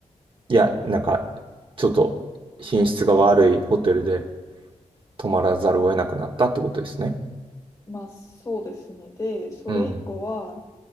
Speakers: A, on the right (about 40°); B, on the left (about 30°).
A: いや、なんか、ちょっと品質が悪いホテルで泊まらざるを得なくなったってことですね。
B: まあそうですね。で、それ以降は、
A: うん。